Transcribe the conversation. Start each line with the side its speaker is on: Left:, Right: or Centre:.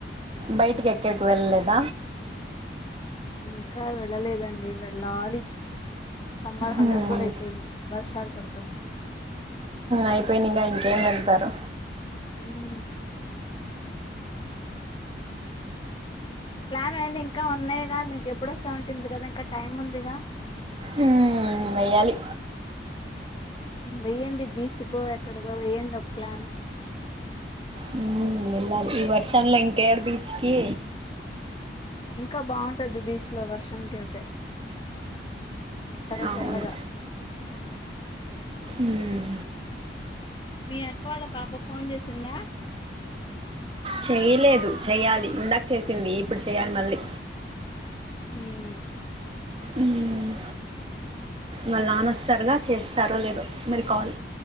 Right: బయటికి ఎక్కడికి వెళ్ళలేద?
Left: ఇంక వెళ్ళలేదండి వెళ్ళాలి సమ్మర్ హాలిడేస్
Right: మ్మ్
Left: కూడా అయిపోయినాయి వర్షాలు పడుతున్నాయి
Right: అయిపోయినింగ ఇంకేం వెళ్తారో
Left: మ్ ప్లాన్ అడి ఇంకా ఉన్నాయిగా మీకు ఎప్పుడు సెవెన్లీన్త్ కదా ఇంకా టైం ఉందిగా
Right: ఊ వెయ్యాలి
Left: వెేయ్యడి బీచ్కో ఎక్కడికో వేయండి ఒక ప్లాన్
Right: మ్ వెళ్ళాలి ఈ వర్షంలో ఇంకేడ బీచ్కి
Left: ఇంక బాగుంటది బీచ్ లో వర్షానికి వెళ్తే చాల
Right: అవును
Left: చల్లగా
Right: ఉమ్,
Left: మీ అక్క వాళ్ళ పాప ఫోన్ చేసిందా
Right: చేయలేదు చెయ్యాలి ఇందాక చేసింది ఇప్పుడు చేయ్యాలి మళ్ళీ
Left: మ్
Right: ఉమ్, వాళ్ళ నాన వస్తారుగా చేస్తారో లేదో మీరి కాల్